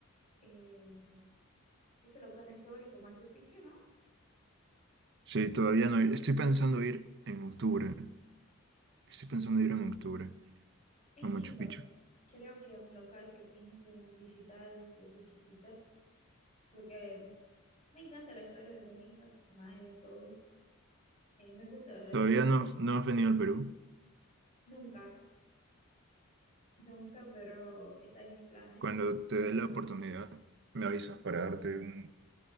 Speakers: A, on the left (about 30°); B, on the right (about 55°).
A: eh, este local histórico, Machu Picchu, ¿no?
B: Sí, todavía no. Estoy pensando ir en octubre. Estoy
A: Sí,
B: pensando ir en octubre
A: es
B: a Machu
A: lindo.
B: Picchu.
A: Creo que es un local que pienso en visitar desde que soy chiquita, porque me encanta la historia de los incas, mayas, todo. Eh, me gusta la
B: Todavía
A: historia,
B: no,
A: pues,
B: has- no
A: la verdad.
B: has venido al Perú.
A: Nunca, nunca, pero está en mis planes.
B: Cuando te
A: Como,
B: dé la oportunidad, me avisas para darte un,